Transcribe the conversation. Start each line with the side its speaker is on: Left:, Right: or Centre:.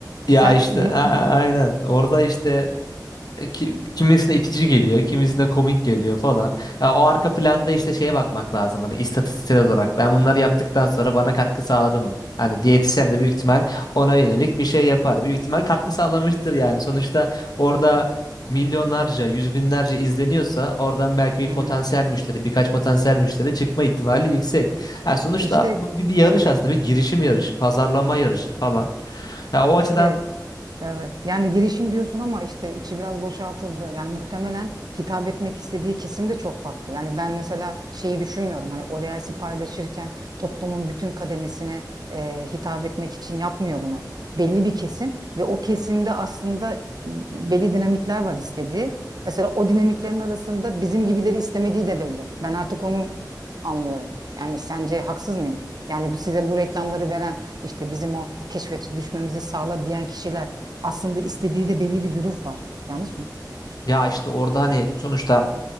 Left: Ya
Right: Sen
Left: işte
Right: ya
Left: a- a- aynen. Orada işte E, ki- kimisine itici geliyor, kimisine komik geliyor falan. Ya o arka planda işte şeye bakmak lazım hani istatistiksel olarak. Ben bunları yaptıktan sonra bana katkı sağladı mı? Hani diyetisyen de büyük ihtimal ona yönelik bir şey yapar. Büyük ihtimal katkı sağlamıştır yani. Sonuçta orada milyonlarca, yüz binlerce izleniyorsa oradan belki bir
Right: Hı
Left: potansiyel
Right: hı.
Left: müşteri, birkaç potansiyel müşteri çıkma ihtimali yüksek. Yani sonuçta
Right: işte
Left: bu bir, bir yarış
Right: evet
Left: aslında, bir girişim yarışı, pazarlama yarışı falan. Ya o
Right: işte
Left: açıdan
Right: Evet. Yani girişim diyorsun ama işte içi biraz boşaltıldı. Yani muhtemelen hitap etmek istediği kesim de çok farklı. Yani ben mesela şeyi düşünmüyorum. Hani o reels'i paylaşırken toplumun bütün kademesine e, hitap etmek için yapmıyor bunu. Belli bir kesim ve o kesimde aslında belli dinamikler var istediği. Mesela o dinamiklerin arasında bizim gibileri istemediği de belli. Ben artık onu anlıyorum. Yani sence haksız mıyım? Yani bu size bu reklamları veren işte bizim o keşfete düşmemizi sağla diyen kişiler aslında istediği de belli bir güruh var. Yanlış mıyım?
Left: ya işte orada hani sonuçta